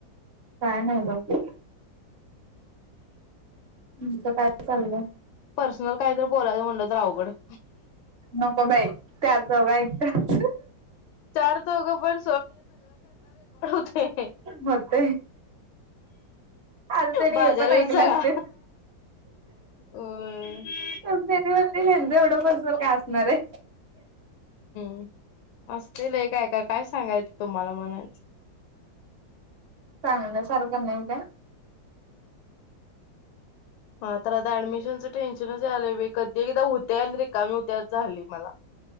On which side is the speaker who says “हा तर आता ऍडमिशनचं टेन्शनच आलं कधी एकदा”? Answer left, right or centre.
Left